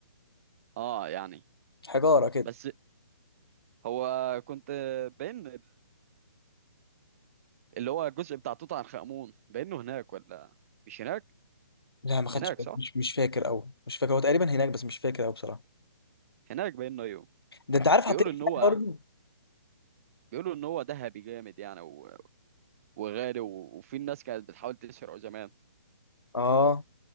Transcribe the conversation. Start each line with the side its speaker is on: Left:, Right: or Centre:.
Right: اه يعني
Left: حجاره كده
Right: بس هو كنت بين اللي هو الجزء بتاع توت عنخ آمون بينه هناك ولا مش هناك
Left: لا ما خدتش
Right: هناك
Left: بالي،
Right: صح
Left: مش مش فاكر قوي مش فاكر هو تقريبا هناك بس مش فاكر قوي بصراحه
Right: هناك بينه ايوه
Left: ده انت عارف حاطين
Right: بيقولوا ان
Left: إيه
Right: هو
Left: هناك برضه
Right: بيقولوا ان هو ذهبي جامد يعني و- وغالي و- وفي الناس كانت بتحاول تسرقه زمان
Left: اه